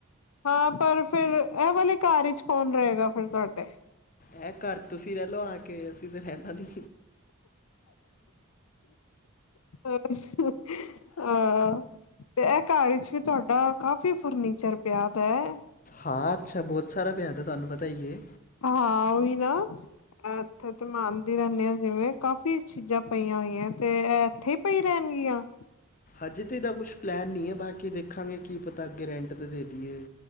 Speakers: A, on the left; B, on the left.
A: ਹਾਂ ਪਰ ਫਿਰ ਇਹ ਵਾਲੇ ਘਰ ਵਿਚ ਕੌਣ ਰਹੇਗਾ ਫਿਰ ਤੁਹਾਡੇ
B: ਇਹ ਘਰ ਤੁਸੀਂ ਲੇ ਲੋ ਆ ਕੇ ਅਸੀਂ ਤੇ ਰਹਿਣਾ ਨੀ
A: ਅੱਛਾ ਹਾਂ ਤੇ ਇਹ ਘਰ ਵਿਚ ਵੀ ਤੁਹਾਡਾ ਕਾਫੀ ਫਰਨੀਚਰ ਪਿਆ ਦਾ ਹੈ
B: ਹਾਂ ਅੱਛਾ ਬਹੁਤ ਸਾਰਾ ਪਿਆਦਾ ਤੁਹਾਨੂੰ ਪਤਾ ਹੀਏ
A: ਹਾਂ ਉਹੀ ਨਾ ਇੱਥੇ ਤੇ ਮੈ ਆਨਦੀ ਰਹਿੰਦੇ ਆਾਂ ਜਿਵੇਂ ਕਾਫ਼ੀ ਚੀਜ਼ਾਂ ਪਈਆਂ ਹੋਈਆਂ ਤੇ ਐ ਇੱਥੇ ਪਈ ਰਹਿਣਗੀਆਂ
B: ਅਜੇ ਤਾਂ ਇਹਦਾ ਕੁਛ ਪਲੈਨ ਨਹੀਂ ਹੈ ਬਾਕੀ ਦੇਖਾਂਗੇ ਕੀ ਪਤਾ ਅੱਗੇ ਰੈਂਟ ਤਾਂ ਦੇ ਦੀਈਏ